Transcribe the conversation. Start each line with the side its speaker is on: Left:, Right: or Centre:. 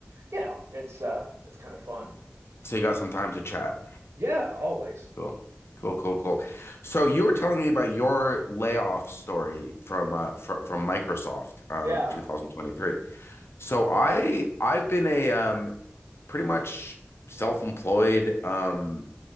Right: you know, it's uh it's kind of fun.
Left: So you got some time to chat.
Right: Yeah, always.
Left: Cool. Cool, cool, cool. So you were telling me about your layoff story from uh fr from Microsoft um
Right: Yeah.
Left: 2023. So I I've been a um pretty much self-employed um